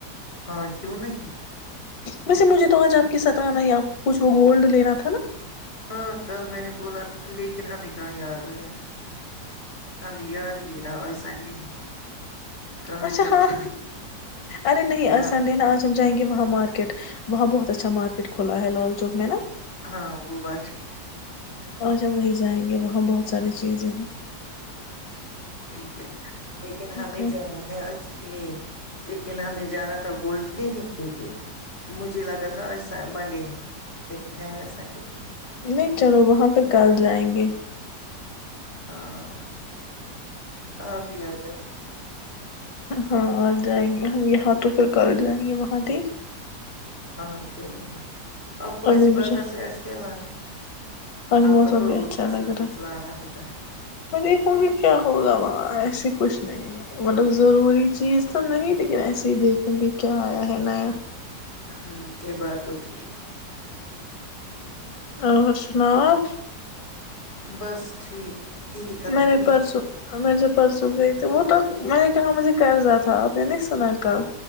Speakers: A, on the left (about 35°); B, on the left (about 85°).
A: ہاں کیوں نہیں
B: ویسے مجھے تو آج آپ ستانا یا کچھ وہ گولڈ لینا تھا نا
A: ہاں کل میں نے بولا لیکن ہمیں کہاں یاد آیا ہمیں یاد ہی نہیں رہا آج سنڈے ہے کہاں
B: اچھا
A: گولڈن
B: ہاں ارے نہیں
A: ہاں
B: آج سنڈے نا آج ہم جائیں گے وہاں مارکیٹ وہاں بہت اچھا مارکیٹ کھلا ہے لال چوک میں نا
A: ہاں وہ بات ٹھیک ہے
B: آجھ ہم وہیں جائیں گے وہاں بہت ساری چیزیں ہیں
A: یک <unintelligible> لیکن ہمیں
B: اوکے
A: جانا ہے آج یہ لیکن ہمیں جانا تھا گولڈنی نہیں کیونکہ مجھے لگا تھا آ منڈے ہے لیکن ہے آ سنڈے
B: نہیں چلو وہاں پر کل جائیں گے
A: ہاں ہ ابھی آ ج رہا ہے
B: ہاں آ جائیں گے ہم یہاں تو پھر کل جائیں گے وہاں ت
A: ہاں کیوں نہیں آپ کو ویسے
B: ابھی مجھے
A: بازار سے آج کیا لانا ہے
B: آج
A: آپ
B: موسم
A: کا تو
B: بھی
A: روز
B: اچھا
A: کچھ
B: لگ
A: نہ کچھ
B: رہا ہے
A: لانا ہوتا ہے
B: میں دیکھوں گی کیا ہوگا وہاں ایسے کچھ نہیں مطلب ضروری چیز تو نہیں لیکن ایسے ہی دیکھوں گی کیا آیا ہے نیا
A: ہوں یہ بات تو ٹھیک
B: اور سناؤ
A: بس ٹھیک <unintelligible> ختم
B: میں
A: ہوئی
B: نے پرسوں میں جوب پرسوں گئی تھی وہ تو میں نے کہاں مجھے کرضا تھا آپ نے نہیں سنا
A: ہاں
B: کل